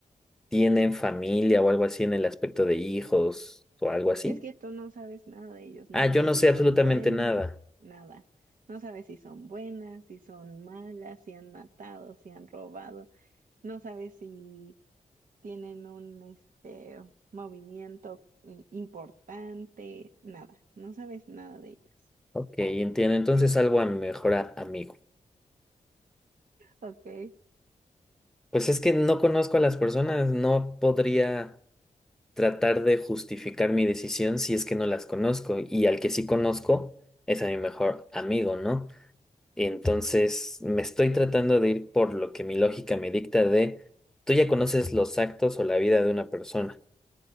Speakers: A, in the centre; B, on the right.
A: tienen familia o algo así en el aspecto de hijos o algo así?
B: Es que tú no sabes nada de ellos, no
A: Ah,
B: sabes
A: yo no sé
B: si son
A: absolutamente
B: buenas,
A: nada.
B: nada. No sabes si son buenas, si son malas, si han matado, si han robado. No sabes si tienen un este movimiento eh, importante, nada. No sabes nada de ellos.
A: Ok, entiendo. Entonces
B: Pero,
A: salvo a mi mejor a- amigo.
B: ok,
A: Pues es que no conozco a las personas, no podría tratar de justificar mi decisión si es que no las conozco. Y al que sí conozco es a mi mejor amigo, ¿no? Entonces me estoy tratando de ir por lo que mi lógica me dicta de, tú ya conoces los actos o la vida de una persona.